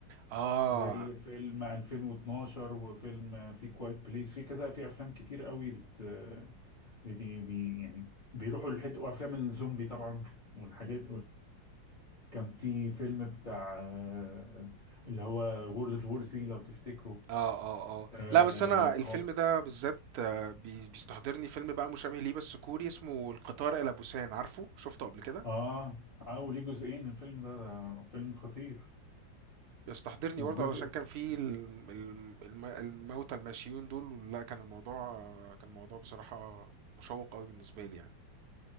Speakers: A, on the right (about 70°); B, on the left (about 35°).
A: اه اه
B: زي فيلم 2012 وفيلم في كوايت بليس في كذا في افلام كتير قوي بت بي... بي... يعني بيروحوا للحته وافلام الزومبي طبعا والحاجات كان في فيلم بتاع آه، اللي هو وورلد وور زي لو تفتكروا
A: اه اه
B: اه
A: لا بس انا الفيلم
B: هو
A: ده بالذات آه، بي- بيستحضرني فيلم بقى مشابه ليه بس كوري اسمه القطار الى بوسان عارفه شفته قبل كده
B: اه اه ليه جزئين الفيلم ده, ده فيلم خطير
A: بيستحضرني
B: والجزء
A: برضه علشان كان في الم- الم- الم- الموتى الماشيين دول لا كان الموضوع كان الموضوع بصراحة مشوق قوي بالنسبة لي يعني